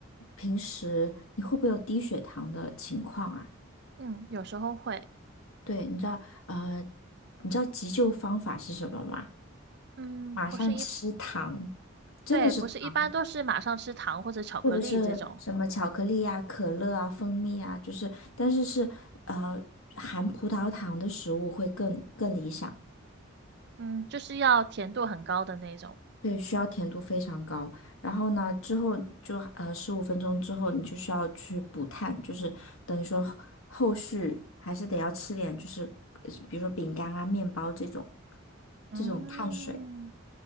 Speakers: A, on the left; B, on the right.
A: 平时你会不会有低血糖的情况啊？
B: <laughs> 嗯，有时候会，
A: 对，你知道呃，你知道急救方法是什么吗？
B: 嗯，
A: 马上吃糖，
B: 不是一，
A: 真的是糖，
B: 对，不是一般都是马上吃糖或者巧克力这种，
A: 或者是什么巧克力呀、可乐啊、蜂蜜啊，就是，但是是呃含葡萄糖的食物会更更理想。
B: 嗯，就是要甜度很高的那种。
A: 对，需要甜度非常高。然后呢，之后就呃十五分钟之后，你就需要去补碳，就是等于说后后续还是得要吃点，就是呃比如说饼干啊、面包这种
B: 嗯，
A: 这种碳水